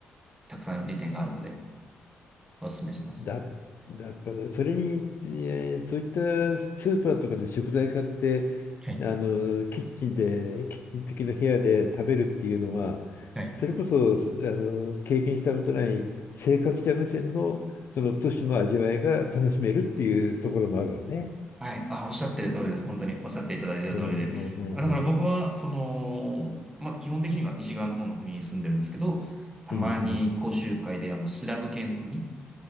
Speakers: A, on the right (about 15°); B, on the left (about 60°).
A: たくさん利点があるので、お勧めします。
B: だ、だからそれに、えーそういったスーパーとかで食材買って、
A: はい。
B: あの、キッチンで、キッチン付きの部屋で食べるっていうのは、
A: はい
B: それこそ、すあの、経験したことない生活者目線の、その都市の味わいが楽しめるっていうところもあるわね。
A: はい。あ、おっしゃってる通りです。本当におっしゃっていただいてる通りで。
B: うんうんうんうん。
A: あ、だから僕は、その、まあ、基本的には西側の方の国に住んでるんですけど、たまに講習会で、
B: うん
A: あの、スラブ系の国、